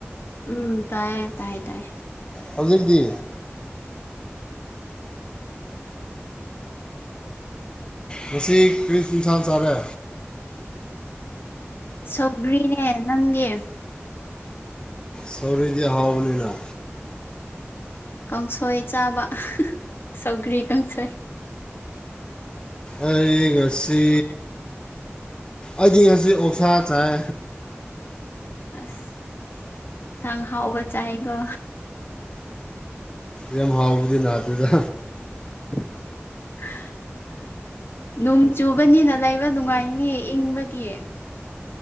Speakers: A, on the left (about 55°); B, on the left (about 20°).
A: ꯎꯝ ꯇꯥꯏꯌꯦ ꯇꯥꯏ ꯇꯥꯢ
B: ꯍꯧꯖꯤꯛꯗꯤ ꯉꯁꯤ ꯀꯔꯤ ꯏꯟꯁꯥꯟ ꯆꯥꯔꯦ
A: ꯁꯧꯒ꯭ꯔꯤꯅꯦ ꯅꯪꯒꯤ
B: ꯁꯧꯒ꯭ꯔꯤꯗꯤ ꯍꯥꯎꯕꯅꯤꯅ
A: ꯀꯥꯡꯁꯣꯏ ꯆꯥꯕ ꯁꯧꯒ꯭ꯔꯤ ꯀꯥꯡꯁꯣꯏ
B: ꯑꯩ ꯉꯁꯤ ꯑꯩꯗꯤ ꯉꯁꯤ ꯑꯣꯛꯁꯥ ꯆꯥꯏ
A: ꯑꯁ ꯌꯦꯟꯁꯥꯡ ꯑꯍꯥꯎꯕ ꯆꯥꯢꯀꯣ
B: ꯌꯥꯝ ꯍꯥꯎꯕꯗꯤ ꯅꯥꯇꯦꯗ
A: <unintelligible> ꯅꯣꯡ ꯆꯨꯕꯅꯤꯅ ꯂꯩꯕ ꯅꯨꯡꯉꯥꯏꯅꯤ ꯏꯪꯕꯒꯤ